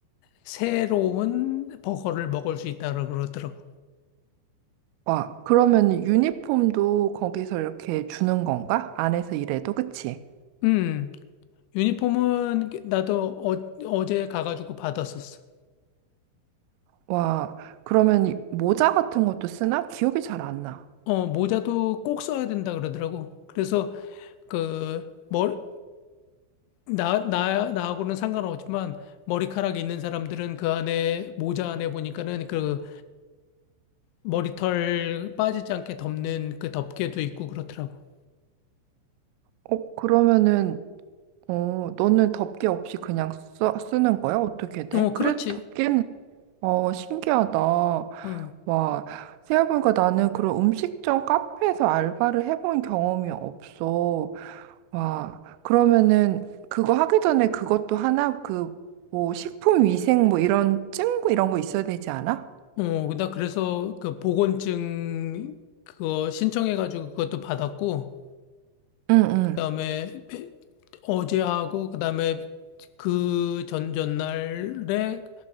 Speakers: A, on the left; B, on the right.
A: 새로운 버거를 먹을 수 있다고 그러더라고.
B: 와, 그러면 유니폼도 거기서 이렇게 주는 건가? 안에서 일해도, 그치?
A: 음, 유니폼은 나도 어, 어제 가가지고 받았었어.
B: 와, 그러면 모자 같은 것도 쓰나? 기억이 잘 안 나.
A: 어, 모자도 꼭 써야 된다 그러더라고. 그래서 그, 머리, 나, 나, 나하고는 상관없지만 머리카락 이 있는 사람들은 그 안에, 모자 안에 보니까는 그 머리털 빠지지 않게 덮는 그 덮개도 있고 그렇더라고.
B: 어, 그러면은, 어, 너는 덮개 없이 그냥 써, 쓰는 거야? 어떻게 돼?
A: 어,
B: 그래도
A: 그렇지.
B: 덮개는, 어, 신기하다.
A: 응.
B: 와, 생각해보니까 나는 그런 음식점 카페에서 알바를 해본 경험이 없어. 와, 그러면은, 그거 하기 전에 그것도 하나, 그, 뭐, 식품 위생 뭐 이런 증거 이런 거 있어야 되지 않아?
A: 어, 나 그래서 그 보건증 그거 신청해가지고 그것도 받았고,
B: 응, 응.
A: 그다음에 어제 하고, 그다음에 그 전 전날에